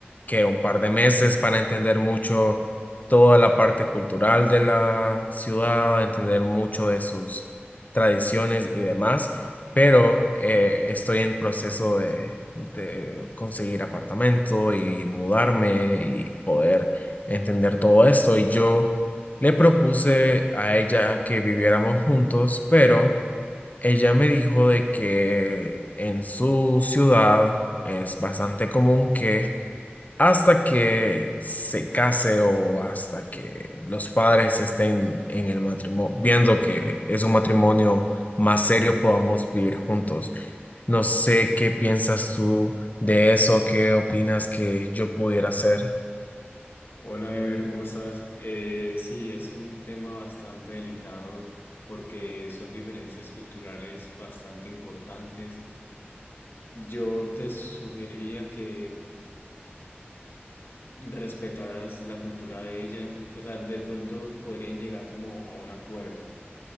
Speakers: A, on the left; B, on the left.
A: que un par de meses para entender mucho toda la parte cultural de la ciudad, entender mucho de sus tradiciones y demás, pero eh, estoy en proceso de, de conseguir apartamento y mudarme y poder entender todo esto y yo... Le propuse a ella que viviéramos juntos, pero ella me dijo de que en su ciudad es bastante común que hasta que se case o hasta que los padres estén en el matrimonio, viendo que es un matrimonio más serio, podamos vivir juntos. No sé qué piensas tú de eso, qué opinas que yo pudiera
B: Sí.
A: hacer.
B: Hola, Ever, ¿cómo estás? Eh, sí, es un tema bastante delicado porque son diferencias culturales bastante importantes. Yo te sugeriría que respetaras la cultura de ella. O sea, de pronto podrían llegar como a un acuerdo.